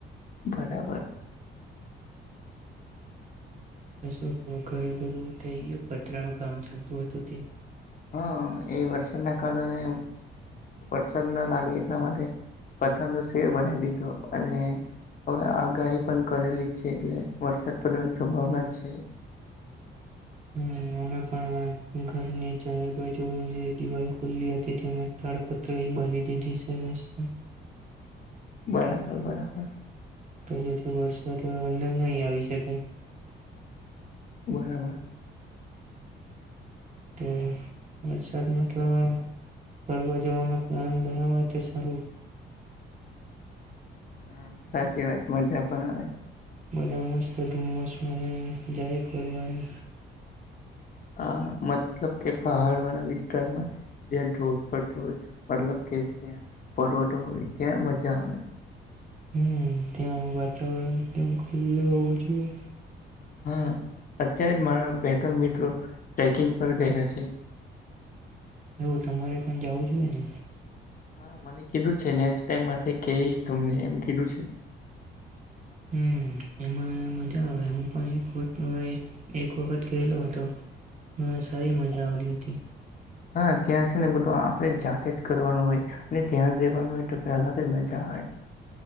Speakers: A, on the left; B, on the right.
A: બરાબર.
B: દસ મિત્રો ઘરે બધું થઈ ગયું, પતરાનું કામ ચાલતું હતું તે
A: હા એ વરસાદના કારણે વરસાદ ના લાગે એટલે માટે પથરનો શેર બનાવી દીધું અને હવે આગાહી પણ કરેલી જ છે એટલે વરસાદ પડવાની સંભાવના છે.
B: હમ અમે પણ ઘરની ચારે બાજુ જે દિવાલ ખુલ્લી હતી તેમ તાડપળી બાંધી દીધી <unintelligible>
A: બરાબર. બરાબર.
B: કે જેથી વરસાદ અંદર નહી આવી શકે.
A: બરાબર.
B: તો વરસાદમાં તો ફરવા જવાનું પ્લાન બનાવા તે સારું
A: હા. સાચી વાત મજા પણ આવે.
B: બધા મસ્ત તો ધુમ્મસ મને એ જાય ફરવા એમ
A: આ મતલબ કે પહાડ વાળા વિસ્તારમાં, જ્યાં ધોધ પડતો હોય મતલબ કે ત્યાં પર્વતો હોય ત્યાં મજા આવે
B: હમ ત્યાં વાતાવરણ એકદમ ખુલ્લું હોવું જોઈએ.
A: હા, અત્યારે જ મારા બે ત્રણ મિત્રો ટ્રેકિંગ પર ગયા છે.
B: એવું તમારે પણ જાવું જોઈએ ને
A: હા મને કીધું છે નેક્સ્ટ ટાઈમ માટે કેહીશ તમને એમ કીધું છે
B: હ એમાં મજા આવે હું પણ એક વત એક વખત ગયેલો હતો હા સારી મજા આવલી હતી
A: હા ત્યાં છે ને બધું આપણે જાતે જ કરવાનું હોય અને ત્યાં જવાનું હોય તો અલગ જ મજા આવે